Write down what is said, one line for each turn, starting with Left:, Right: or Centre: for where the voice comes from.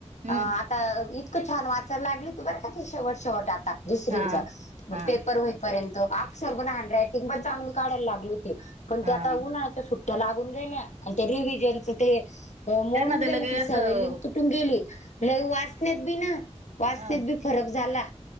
Right: हं,
Left: आता इतकं छान वाचायला लागली होती बर का शेवट शेवट आता दुसरींच
Right: हां,
Left: म
Right: हां,
Left: पेपर होई पर्यंत अक्षर पण हॅण्ड रायटिंग पण चांगली काढायला लागली होती, पण
Right: हां.
Left: ते आता उन्हा्याच्या सु ट्या लागून गेल्या मग त्या रिव्हजनच ते मोडून
Right: त्यांना तर
Left: गेले
Right: लगे
Left: ती
Right: असं
Left: सव लिंक तुटून गेली लागि वाचण्यात बी ना वाचण्यात
Right: हं,
Left: बी फरक झाला.